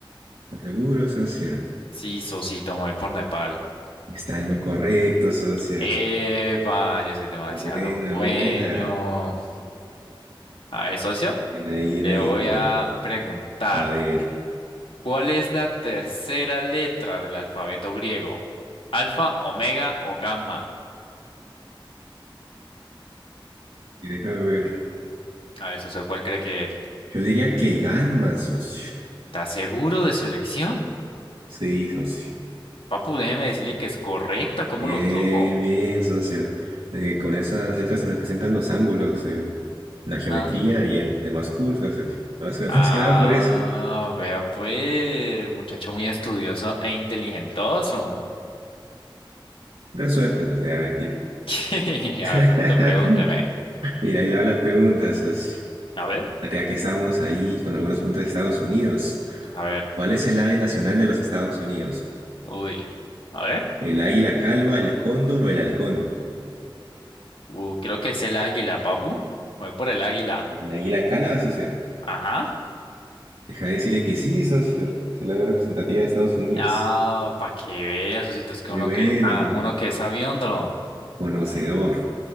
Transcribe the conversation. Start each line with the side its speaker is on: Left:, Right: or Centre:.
Right: ¿Estás seguro, socio?
Left: Sí, Sosito, me voy por Nepal.
Right: Está en lo correcto, socio.
Left: Epa, yo soy demasiado
Right: Muy buena,
Left: bueno.
Right: muy buena.
Left: A ver, socio,
Right: Bien ahí, bien
Left: le
Right: ahí,
Left: voy
Right: mire.
Left: a preguntar.
Right: A ver,
Left: ¿Cuál es la tercera letra del alfabeto griego? ¿Alfa, omega o gamma?
Right: déjame ver.
Left: A ver, socio, ¿cuál cree que es?
Right: Yo diría que Ganma, socio.
Left: ¿Está seguro de su elección?
Right: Sí, socio.
Left: Papu, déjeme decirle que es correcta, ¿cómo
Right: Bien,
Left: lo supo?
Right: bien, socio. Eh, con esas letras se representan los ángulos en la geometría
Left: Ah,
Right: y en demás cursos, socio. Más que, <laughs>
Left: ah,
Right: más que nada por eso.
Left: vea pues, muchacho muy estudioso e inteligentoso.
Right: Pura suerte, socio. Ah, mentira.
Left: <laughs>
Right: <laughs>
Left: A ver, Tito, pregúntame.
Right: Mira, ahí le va la pregunta, socio.
Left: A ver,
Right: Ya que estábamos ahí con algunas preguntas de Estados Unidos.
Left: a ver,
Right: ¿Cuál es el ave nacional de los Estados Unidos?
Left: uy, a ver,
Right: ¿El águila calva, el cóndor o el halcón?
Left: uh, creo que es el águila, papu. Voy por el águila.
Right: ¿El águila calva, socio?
Left: Ajá.
Right: Deja de decirle que sí, socio. Es el ave representativa de Estados Unidos.
Left: Ah, para que veas, Osito, es que
Right: Muy
Left: uno
Right: bueno,
Left: que está,
Right: socio.
Left: uno que es sabiondo.
Right: Conocedor.